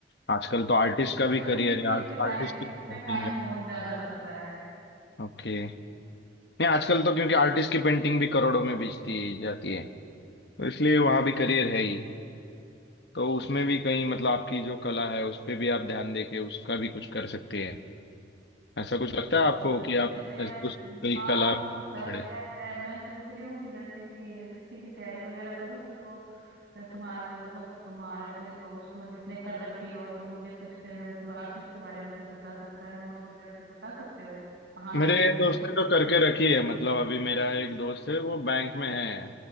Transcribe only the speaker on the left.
आजकल तो आर्टिस्ट का भी
करियर है
आर्ट
आर्टिस्ट की
पेंटिंग
ओके नहीं आजकल तो क्योंकि आर्टिस्ट की पेंटिंग भी करोड़ों में बेचती जाती है तो इसलिए वहाँ भी करियर है ही तो उसमें भी कहीं मतलब आपकी जो कला है उस पे भी आप ध्यान दे के उसका भी कुछ कर सकते हैं ऐसा कुछ लगता
है आपको
कि
आप
ऐसे कुछ
कोई
कला
छोड़े
मेरे
दोस्त
ने
तो करके रखी है मतलब अभी मेरा एक दोस्त है वो बैंक में है